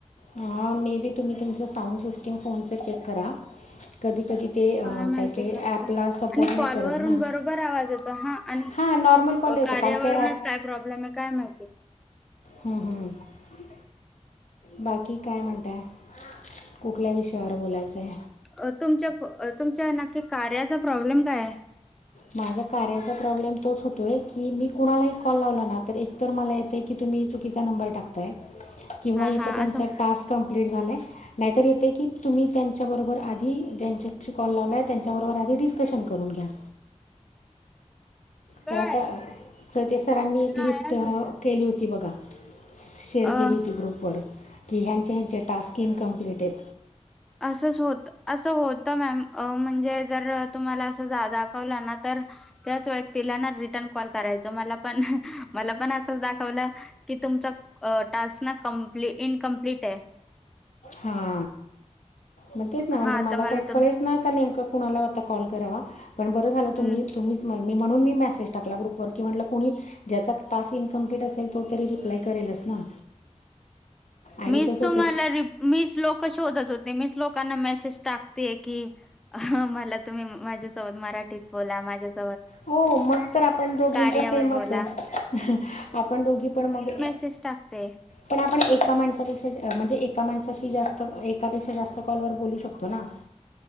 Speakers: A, on the left (about 75°); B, in the centre.
A: हा मे बी तुम्ही तुमच साउंड सिस्टम फोन चेक करा कधी कधी ते अं,
B: काय मझिकच
A: काही काही ॲपला
B: आणि
A: सपोर्ट
B: कॉलवररून
A: नाही करत ना
B: बरोबर आवाज येत हा आणि
A: हां नॉर्मल कॉल येतो
B: कार्यावरूनच
A: काही काही
B: काय प्रॉब्लेम आहे काय माहिती
A: हम्म हम्म बाकी काय म्हणताय कुठल्या विषयावर बोलायचंय
B: अ तुमच्या तुमच्या नक्की कार्याचा प्रॉब्लेम काय आहे
A: माझा कार्याचा प्रॉब्लेम तोच होतोय की मी कुणाला कॉल लावला ना तर मला येत चुकीचा नंर टाक किंवा
B: हा हा
A: त्यां
B: असं
A: टास्क कम्पलिट झालाय नाहीतर येते की तुम्ही त्यांच्याबरोबर आधी ज्यांच्याशी कॉल लावलाय त्यांच्याबरोबर आधी डिस्कशन करून गॅस
B: काय
A: तर आता सतिश सरांनी एक
B: नाही
A: लिस्ट
B: अजून
A: केली होती बघा शेअर
B: अ
A: केली होती ग्रुप वर की ह्यांच्या ह्यांचे टास्क इन्कम्प्लीट आहेत
B: अस होत अस होत मॅम म्हणजे जर तुम्हाला अस जा दाखवलं ना व्यक् क करा म म पण असा. तुम टास् ना इनकमप्लीट आहे.
A: हा. मग तेच ना म्हणजे
B: हा
A: मला
B: तर
A: काही
B: तर
A: कळेच ना का नेमका कुणाला आता कॉल करावा पण ब <unintelligible>
B: हम्म
A: मी म्हणून मी मेसेज टाकला ग्रुपर की म्हटलं कणी ज्याचा टस्क इ्कम्प्ट असेल तो तरी रप्यराेला असस ना.
B: <unintelligible>
A: आणि
B: मीस
A: कसं
B: तुम्हाला
A: होते
B: मि शलोक शोधत होते मी शलोकांना मेसेज टाकते की मला तुम्ही माझ्या मराठीत बो माझ्या
A: हो मग तर आपण दोघींच
B: कार्यावर
A: सेमच
B: बोला
A: आहे आपण दोघी पण मग
B: शेष टाकते.
A: पण आपण एक एका माणसापेक्षा म्हणजे एका माणसाशी जास्त एकापेक्षा जास्त कॉलवरर बोलू शकतो ना.